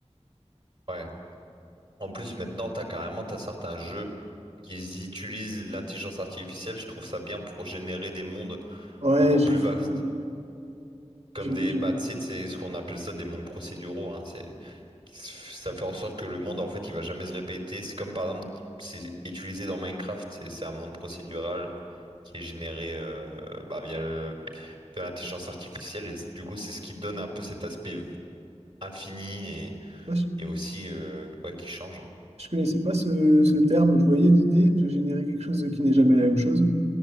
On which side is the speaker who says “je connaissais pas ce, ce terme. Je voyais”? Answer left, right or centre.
Right